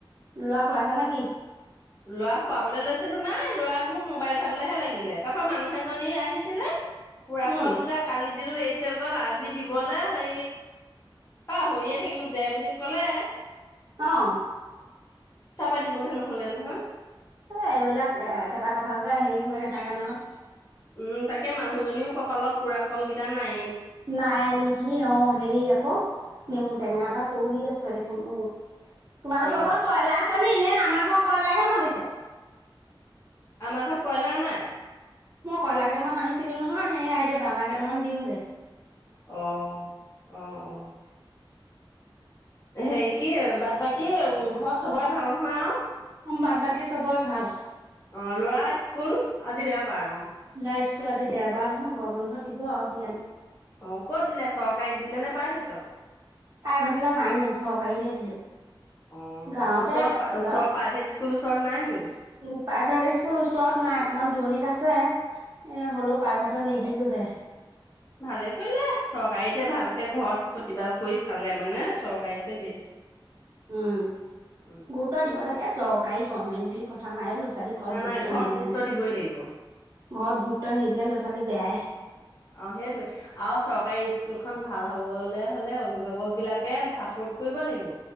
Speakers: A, on the right; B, on the left.
A: লোৱা খুৱাইছা নে কি?
B: লৰা খুৱাবলৈ লৈছিলো নাই লৰা মোৰ মোবাইল চাবলৈহে লাগিলে তাৰ পৰাৰা মানুহ এজনী আহিছিলে, পুৰা
A: উম
B: কল দুটা কালি দিলো এই গ'ল আজি দিবলৈ হে পা হৈয়ে থাকিলো দে বুলি ক'লে,
A: অ'
B: ত পাতিবলে নহলে নহয়।
A: এ এইবিলাক একেটা কথাতে হেৰি হৈ নাথাকে নহয়।
B: উম তাকে মানুহজনীও কপালত পুৰা কলকেইটা নাই
A: নাই নেকি। অ', হেৰি আকৌ নেমু টেঙা এটা পৰি আছে দেখোন। অ', তোমালোকৰ
B: অ',
A: ঘৰত কয়লা আছে নি? নে আমাৰ ঘৰৰ কয়লাইহে মাতিছে?
B: আমাৰ ঘৰত কয়লা নাই৷
A: মই কইলা কেইটামান আনিছিলো নহয়, সেইয়াই এতিয়া দানা কেইটামান দিয়োগে
B: অ', অ', অ'। হেৰি কি, বাট-বাকী ঘৰত চবৰে ভাল নহয় আৰু?
A: বাদ বাকী চবৰে ভাল৷
B: অ লৰা স্কুল? আজি দেওবাৰ অঁ।
A: ল'ৰা স্কুল আজি দেওবাৰ নহয়, গৰম বন্ধ দিব আৰু দিয়া নাই৷
B: অ ক'ত দিলে চৰকাৰীত দিলে নে প্ৰাইভেটত?
A: প্ৰাইভেটলে নাই নিয়া, চৰকাৰীতে দিলো৷
B: অ',
A: গাঁৱতে,
B: ওচৰত ওচৰৰ
A: গাঁৱতে
B: প্ৰাইভেট স্কুল ওচৰত নাই নি?
A: উ প্ৰাইভেট স্কুল ওচৰত নাই, অকমান দূৰণিত আছ ছে, এ হ'লেও প্ৰাইভেটত নিদিলোহে৷
B: ভালে কৰিলে চৰকাৰীতে ভালকে ঘৰত প্ৰতিপাল কৰি চালে মানে চৰকাৰীতে বেষ্ট।
A: উম,
B: উম,
A: গুৰুত্ব দিব লাগে। এ চৰকাৰী গভমেন্ট বুলি কথা নাই অ', ল ল'ৰা-ছোৱালী
B: কথা
A: ঘৰত গুৰুত্ব
B: নাই
A: নিদিলে
B: গুৰুত্ব
A: নহয়,
B: দিবই লাগিব
A: ঘৰত গুৰুত্ব নিদিলে ল'ৰা-ছোৱালী বেয়াই
B: অ সেইটোৱে আৰু চৰকাৰী স্কুলখন ভাল হবলৈ হলে অভিভাৱক বিলাকে চাপোৰ্ট কৰিব লাগিব।